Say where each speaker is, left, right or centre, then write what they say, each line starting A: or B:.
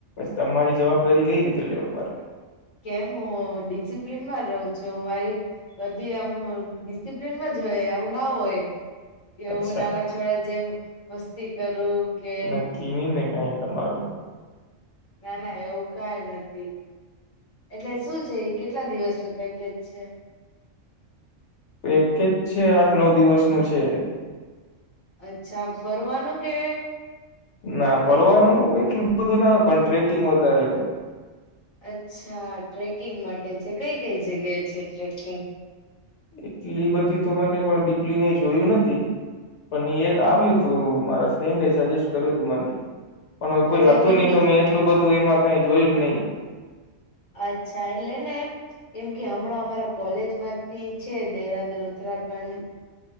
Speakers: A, on the left; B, on the left.
A: તમારી જવાબદારી કઈ રીતે લેવા મારે
B: કેમ હું ડિસિપ્લન માં રહું છું મારી બધી આમ ડિસિપ્લનમાં જ હોય આવું ના હોય કે
A: અચ્છા
B: હું નાના છોડા જેમ મસ્તી કરું કે
A: નક્કી નહી ને કઈ તમારું
B: ના ના એવું કઈ નથી એટલે શું છે કેટલા દિવસ નું પેકેજ છે
A: પેકેજ છે આઠ નવ દિવસ નું છે
B: અચ્છા આમ ફરવાનું કે
A: ના ફરવાનું હો એટલું બધું ના હોય પણ ટ્રેકિંગ વધારે હોય
B: અચ્છા ટ્રેકિંગ માટે છે કઈ કઈ જગ્યા છે ટ્રેકિંગ
A: એટલી બધી તો મને પણ ડીપલી મેં જોયું નથી પણ એક આવ્યું તું મારા ફ્રેન્ડ એ સજેસ્ટ કર્યું હતું મને પણ હવે કોઈ
B: અચ્છા
A: હતું
B: કેમ
A: નહી
B: કે
A: તો મેં એટલું બધું એમાં કઈ જોયું જ નહી
B: અચ્છા એટલે ને કેમ કે હમણાં અમારા કોલેજ માંથી છે દેહરાદૂન ઉત્તરાખંડ